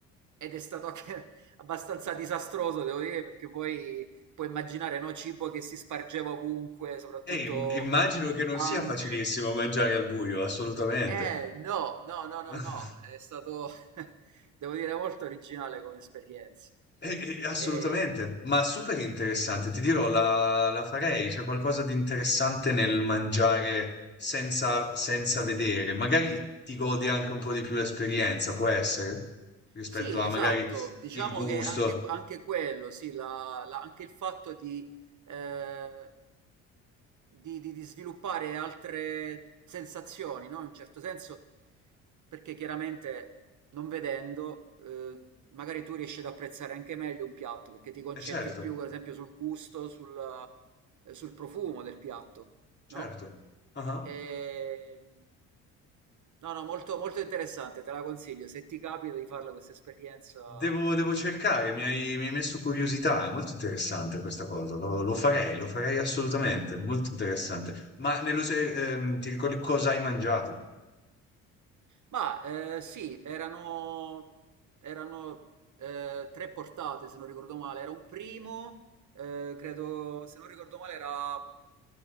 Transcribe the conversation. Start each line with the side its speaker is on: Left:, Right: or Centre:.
Right: ed è stato anche <laughs> abbastanza disastroso, devo dire, perché poi puoi immaginare, no, cibo che si spargeva ovunque, soprattutto
Left: Eh, im immagino che
Right: bevande.
Left: non sia facilissimo mangiare al buio, assolutamente.
Right: Eh, no, no, no, no,
Left: <laughs>
Right: no, è stato, <laughs> devo dire, molto originale come esperienza.
Left: Eh, eh, assolutamente,
Right: Eh,
Left: ma super interessante. Ti dirò, la la farei. C'è qualcosa di interessante nel mangiare senza senza vedere. Magari ti godi anche un po' di più l'esperienza, può essere? Rispetto
Right: Sì,
Left: a
Right: esatto,
Left: magari
Right: diciamo
Left: il gusto.
Right: che anche, anche quello, sì, la- la- anche il fatto di, eh, di- di- di sviluppare altre sensazioni, no? In un certo senso, perché chiaramente non vedendo, eh, magari tu riesci ad apprezzare anche meglio un piatto, perché ti concentri
Left: Eh certo,
Right: più, ad esempio, sul gusto, sul, eh, sul profumo del piatto,
Left: certo.
Right: no?
Left: Ah-ah.
Right: E, No, no, molto, molto interessante, te la consiglio. Se ti capita di farla questa esperienza.
Left: Devo, devo cercare, mi hai, mi hai messo curiosità, è molto interessante questa cosa, lo, lo farei, lo farei assolutamente, molto interessante. Ma nello, se- ehm, ti ricordi cosa hai mangiato?
Right: Ma eh, sì, erano, erano eh, tre portate, se non ricordo male. Era un primo, eh, credo, se non ricordo male, era